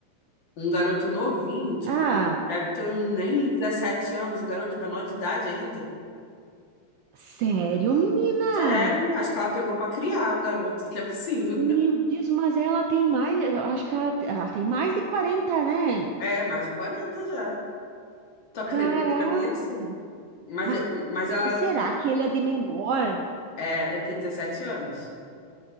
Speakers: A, on the left; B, on the right.
A: Um garoto novinho, tipo,
B: Ah,
A: deve ter nem 17 anos, o garoto menor de idade ainda.
B: sério, menina?
A: Sério, acho que ela pegou pra criar o garoto, <laughs> não é possível. <laughs>
B: Meu Deus, mas ela tem mais, eu acho que ela, ela tem mais de 40, né?
A: É, mais de 40 já. Tu acredita
B: Caraca!
A: nisso? Mas,
B: Mas
A: eh, mas ela,
B: será que ele é de menor?
A: é, ele tem 17 anos.